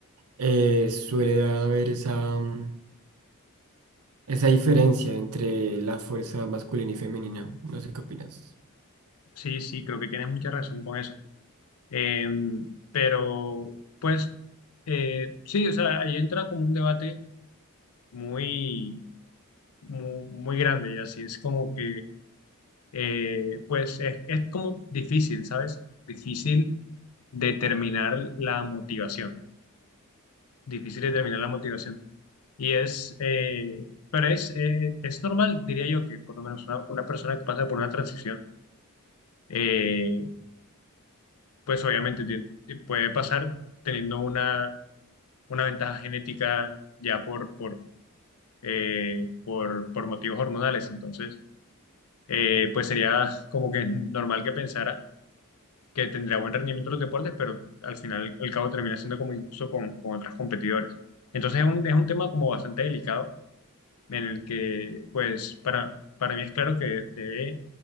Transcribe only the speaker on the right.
eh, suele haber esa, mm, esa diferencia entre la fuerza masculina y femenina. No sé qué opinas.